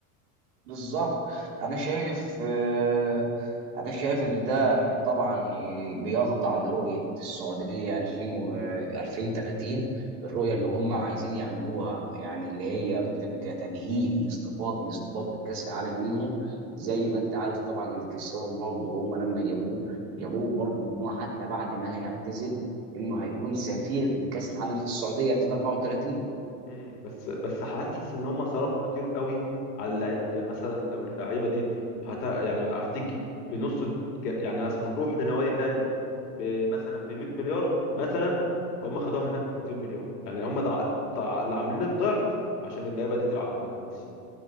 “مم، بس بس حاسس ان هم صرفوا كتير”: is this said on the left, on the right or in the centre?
Left